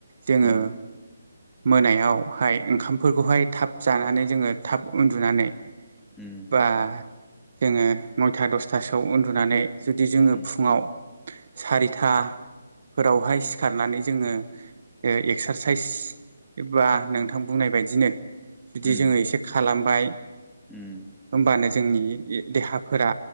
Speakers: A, on the right; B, in the centre.
A: जोङो
B: उम
A: मोनायावहाय ओंखामफोरखौहाय थाब जानानै जोङो थाब उन्दुनानै
B: उम
A: बा जोङो नयथा दसथासोआव उन्दुनानै जुदि जोङो
B: उम
A: फुङाव सारिथा फोरावहाय सिखारनानै जोङो ओ एक्सारसाइस बा नोंथां बुंनाय बायदिनो जुदि
B: उम
A: जोङो एसे खालामबाय
B: उम
A: होमबानो जोंनि
B: उम
A: ए देहा फोरा